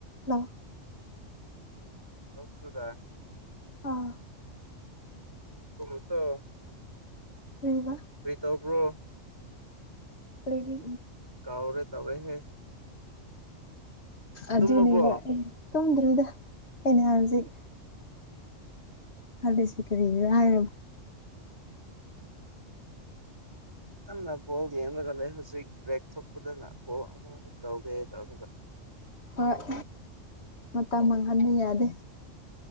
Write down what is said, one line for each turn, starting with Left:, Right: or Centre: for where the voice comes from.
Left: ꯂꯥꯎ
Right: <unintelligible>
Left: ꯑꯥ
Right: <unintelligible>
Left: ꯀꯩꯕꯥ
Right: ꯀꯔꯤ ꯇꯧꯕ꯭ꯔꯣ
Left: ꯂꯩꯔꯤ
Right: ꯀꯥꯎꯔꯦ ꯇꯧꯔꯦꯍꯦ
Left: ꯑꯗꯨꯅꯦꯕ
Right: ꯇꯨꯝꯃꯕꯣ
Left: ꯑꯦ ꯇꯨꯝꯗ꯭ꯔꯤꯗ ꯑꯩꯅꯍꯥꯏꯖꯤꯛ ꯑꯗ ꯁꯤꯀꯔꯤ ꯍꯥꯏ
Right: ꯀꯟꯅ ꯕꯣꯜ ꯌꯦꯡꯂꯒ ꯂꯩ ꯍꯧꯖꯤꯛ ꯕ꯭ꯔꯦꯛ ꯊꯣꯛꯄꯗꯅ ꯀꯣꯜ ꯑꯃ ꯇꯧꯒꯦ ꯇꯧ
Left: ꯍꯣꯏ ꯃꯇꯝ ꯃꯥꯡꯍꯟꯕ ꯌꯥꯗꯦ